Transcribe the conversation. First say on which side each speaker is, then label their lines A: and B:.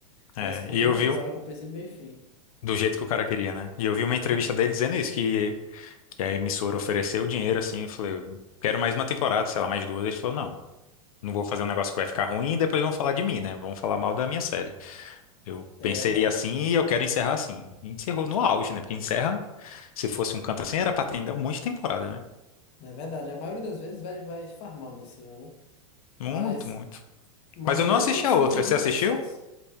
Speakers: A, on the left; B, on the left.
A: É,
B: Mas contou
A: e eu
B: uma
A: vi,
B: história com princípio, meio e fim.
A: do jeito que o cara queria, né? E eu vi uma entrevista
B: Uhum.
A: dele dizendo isso, que, que a emissora ofereceu o dinheiro, assim, eu falei, quero mais uma temporada, sei lá, mais duas. Ele falou, não, não vou fazer um negócio que vai ficar ruim e depois vão falar de mim, né? Vão falar mal da minha série. Eu
B: É
A: pensei
B: verdade.
A: assim e eu quero encerrar assim. E encerrou no auge, né? Porque encerra, se fosse um canto assim, era pra ter ainda um monte de temporada, né?
B: É verdade. A maioria das vezes vai, vai farmando em cima, né?
A: Muito,
B: Mas,
A: muito.
B: mas
A: Mas eu
B: é mesmo
A: não assisti
B: assim
A: a outra.
B: fez
A: Você
B: muito
A: assistiu?
B: sucesso.